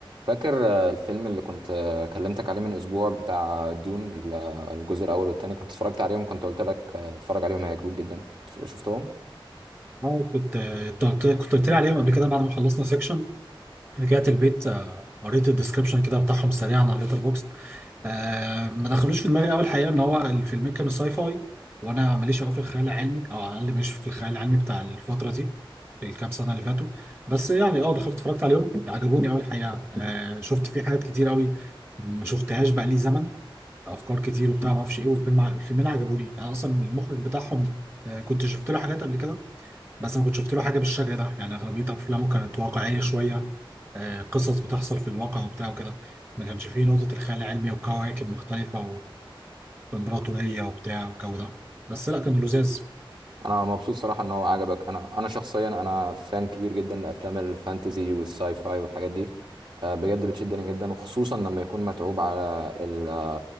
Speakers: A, on the right (about 60°); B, on the right (about 25°).
A: فاكر آه، الفيلم اللي كنت آه، كلمتك عليه من اسبوع بتاع دون ال- آه، الجزء الاول والتاني كنت اتفرجت عليهم كنت قلت لك آه، اتفرج عليهم هيعجبوك جدا شفتهم
B: اه كنت كنت قلت كنت قلت لي عليهم قبل كده بعد ما خلصنا سيكشن رجعت البيت آه، قريت الديسكربشن كده بتاعهم سريعا على ليتر بوكس آه ما دخلوش في دماغي اول حقيقه ان هو الفيلمين كانوا ساي فاي وانا ماليش قوي في الخيال العلمي او على الاقل ماليش في الخيال العلمي بتاع الفتره دي في الكام سنه اللي فاتوا بس يعني اه دخلت اتفرجت عليهم عجبوني قوي الحقيقه آه شفت فيه حاجات كتير قوي ما شفتهاش بقى لي زمن افكار كتير وبتاع ما اعرفش ايه والفيلم الفيلمين عجبوني انا اصلا المخرج بتاعهم آه، كنت شفت له حاجات قبل كده بس ما كنت شفت له حاجه بالشكل ده يعني اغلبيه افلامه كانت واقعيه شويه آه، قصص بتحصل في الواقع وبتاع وكده ما كانش فيه نقطه الخيال العلمي وكواكب مختلفه وامبراطوريه وبتاع والجو ده بس لا كان لذاذ
A: انا مبسوط صراحة ان هو عجبك انا انا شخصيا انا فان كبير جدا لافلام الفانتزي والساي فاي والحاجات دي آه، بجد بتشدني جدا وخصوصا لما يكون متعوب على ال-